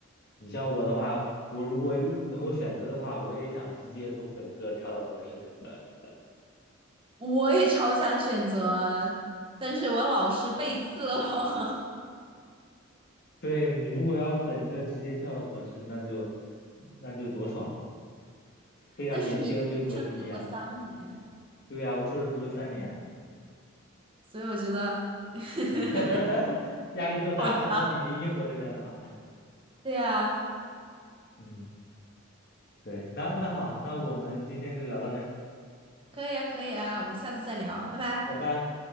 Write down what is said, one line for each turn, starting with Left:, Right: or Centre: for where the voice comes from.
Left: 你像我的话，我如果能够选择的话，我也想直接从本科跳到博士。<laughs>
Right: 我也超想选择啊，但是我老是背刺了我 <laughs>
Left: 对，你如果要本科直接跳到博士，那就那就多爽，非常年轻就博士毕业了。
Right: 但是你研究生读了三年，
Left: 对呀，我硕士读了三年。
Right: 所以我觉得 <laughs>
Left: <laughs> 压力更大了，
Right: 好长。
Left: 相比于英国这边的话，
Right: <laughs> 对呀，
Left: 嗯，对，那那好，那我们今天就聊到这儿，
Right: 可以啊，可以啊，我们下次再聊，拜拜。
Left: 拜拜。